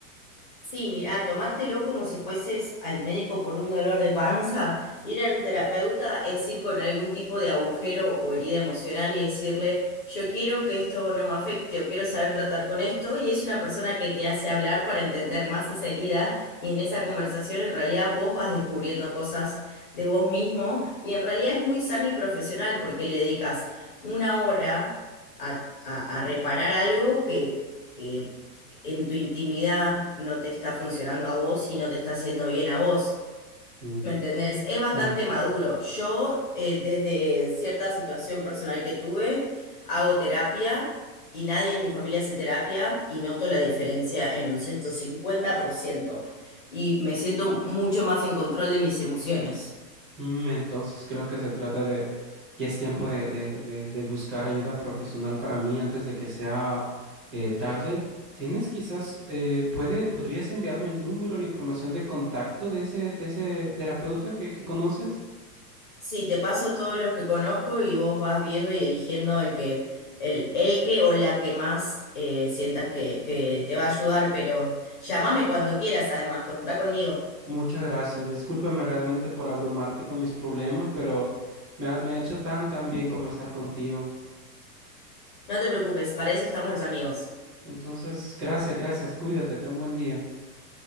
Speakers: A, on the left; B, on the right.
A: Sí, mirá, tomátelo como si fueses al médico por un dolor de panza. Ir a un terapeuta es ir con algún tipo de agujero o herida emocional y decirle, yo quiero que esto no me afecte o quiero saber tratar con esto. Y es una persona que te hace hablar para entender más esa herida. Y en esa conversación en realidad vos vas descubriendo cosas de vos mismo. Y en realidad es muy sano y profesional porque le dedicas una hora a, a a reparar algo que... que en tu intimidad no te está funcionando a vos y no te está haciendo bien a vos.
B: Mm,
A: ¿Me entendés? Es bastante
B: Sí.
A: maduro. Yo, eh, desde cierta situación personal que tuve, hago terapia y nadie en mi familia hace terapia y noto la diferencia en un 150% y me siento mucho más en control de mis emociones.
B: Mm, entonces creo que se trata de, ya es tiempo de, de, de- de buscar ayuda profesional para mí antes de que sea eh, tarde. ¿Tienes quizás, eh, puede, podrías enviarme el número, la información de contacto de ese, de ese terapeuta que, que conoces?
A: Sí, te paso todos los que conozco y vos vas viendo y eligiendo el que, el, el que o la que más eh, sientas que, que te va a ayudar, pero llámame cuando quieras, además, contá conmigo.
B: Muchas gracias. Discúlpame realmente por abrumarte con mis problemas, pero me ha, me ha hecho tan, tan bien conversar contigo.
A: No te preocupes, para eso estamos los amigos.
B: Entonces, gracias, gracias. Cuídate, ten buen día.